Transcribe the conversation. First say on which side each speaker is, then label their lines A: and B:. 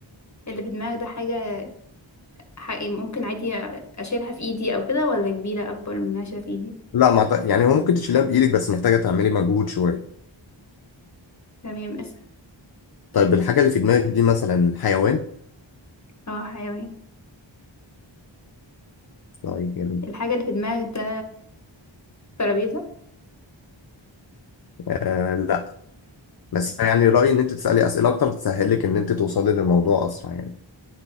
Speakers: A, on the left; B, on the left.
A: اللي في دماغك ده حاجة حقيقي ممكن عادي أشيلها في إيدي أو كده ولا كبيرة أكبر من إنها أشيلها في إيدي
B: لا ما أعت- يعني هو ممكن تشيلها بايدك بس محتاجة تعملي مجهود شوية
A: تمام اسأل
B: طيب الحاجة اللي في دماغك دي مثلا حيوان
A: اه حيوان
B: طيب جميل
A: الحاجة اللي في دماغك ده ترابيزة
B: آه لا بس يعني رأيي ان انت تسألي اسئلة اكتر تسهلك ان انت توصلي للموضوع اسرع يعني